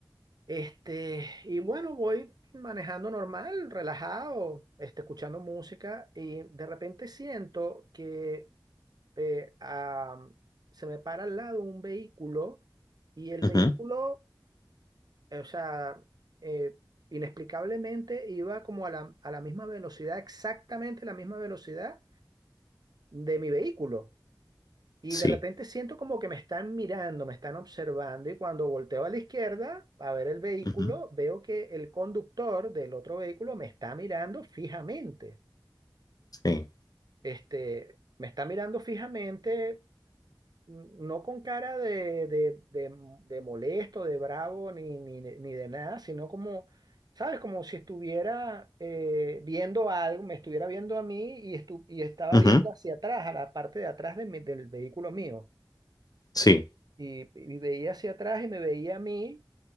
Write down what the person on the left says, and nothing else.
ujú,
Sí.
ujú,
Sí.
Ujú,
Sí,